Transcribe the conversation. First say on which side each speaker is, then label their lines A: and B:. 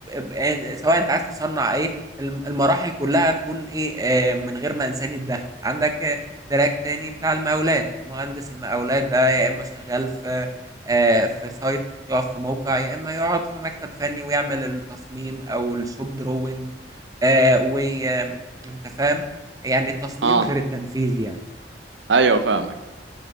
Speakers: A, on the right; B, on the right.
A: ب- آه، سواء انت عايز تصنع ايه الم- المراحل كلها تكون ايه آه، من غير ما انسان يتدخل عندك آه، تراك تاني بتاع المقاولات مهندس المقاولات ده يا اما شغال في آه، في سايت يقف في موقع يا اما يقعد في مكتب فني ويعمل التصميم او الشوب دروينج وانت فاهم يعني التصميم
B: اه
A: غير التنفيذ يعني
B: ايوه فاهمك